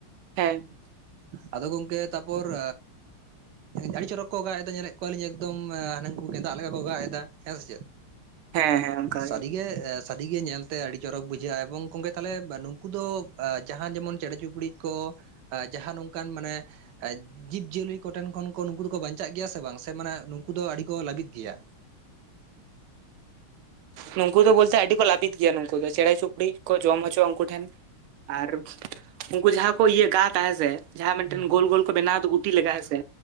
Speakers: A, on the right; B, on the right.
A: ᱦᱮᱸ
B: ᱟᱫᱚ ᱜᱚᱝᱠᱮ ᱛᱟᱯᱚᱨ ᱟᱹᱰᱤ ᱪᱚᱨᱚᱠ ᱠᱚ ᱧᱮᱞᱮᱫ <unintelligible> ᱠᱚᱣᱟᱞᱤᱧ ᱮᱠᱫᱚᱢ ᱦᱟᱱᱮ ᱜᱮᱸᱫᱟᱜ ᱞᱮᱠᱟ ᱠᱚ ᱜᱟᱜ ᱮᱫᱟ, ᱦᱮᱸ ᱥᱮ ᱪᱮᱫ?
A: ᱦᱮᱸ ᱦᱮᱸ ᱚᱱᱠᱟ
B: ᱥᱟᱹᱨᱤᱜᱮ
A: ᱜᱮ
B: ᱥᱟᱹᱨᱤᱜᱮ ᱧᱮᱞᱛᱮ ᱟᱹᱰᱤ ᱪᱚᱨᱚᱠ ᱵᱩᱡᱷᱟᱹᱜᱼᱟ, ᱮᱵᱚᱝ ᱜᱚᱝᱠᱮ ᱛᱟᱦᱚᱞᱮ ᱱᱩᱱᱠᱩ ᱫᱚ ᱡᱟᱦᱟᱸ ᱡᱮᱢᱚᱱ ᱪᱮᱸᱬᱮ ᱪᱩᱯᱲᱤ ᱠᱚ, ᱡᱟᱦᱟᱸ ᱱᱚᱝᱠᱟᱱ ᱢᱟᱱᱮ ᱡᱤᱵᱽ ᱡᱤᱭᱟᱹᱞᱤ ᱠᱚᱴᱷᱮᱱ ᱠᱷᱚᱱ ᱠᱚ ᱱᱩᱠᱩ ᱫᱚᱠᱚ ᱵᱟᱧᱪᱟᱜ ᱜᱮᱭᱟ ᱥᱮ ᱵᱟᱝ ᱥᱮ? ᱥᱮ ᱢᱟᱱᱮ ᱱᱩᱠᱩ ᱫᱚ ᱟᱹᱰᱤ ᱠᱚ ᱞᱟᱹᱵᱤᱫ ᱜᱮᱭᱟ,
A: ᱱᱩᱠᱩ ᱫᱚ ᱵᱚᱞᱛᱮ ᱟᱹᱰᱤ ᱠᱚ ᱞᱟᱹᱵᱤᱛ ᱜᱮᱭᱟ ᱱᱩᱠᱩ ᱫᱚ ᱪᱮᱬᱮ ᱪᱩᱯᱲᱤ ᱠᱚ ᱡᱚᱢ ᱦᱚᱪᱚᱼᱟ ᱩᱝᱠᱩ ᱴᱷᱮᱱ᱾ ᱟᱨ ᱩᱜᱠᱩ ᱡᱟᱦᱟᱸ ᱠᱚ ᱤᱭᱟᱹ ᱠᱟ ᱛᱟᱦᱮᱸ ᱥᱮ, ᱡᱟᱦᱟᱸ ᱢᱤᱫᱴᱮᱱ
B: ᱦᱩᱸ
A: ᱜᱳᱞ ᱜᱳᱞ ᱠᱚ ᱵᱮᱱᱟᱣ ᱜᱩᱴᱤ ᱞᱮᱠᱟ ᱦᱮᱸᱥᱮ,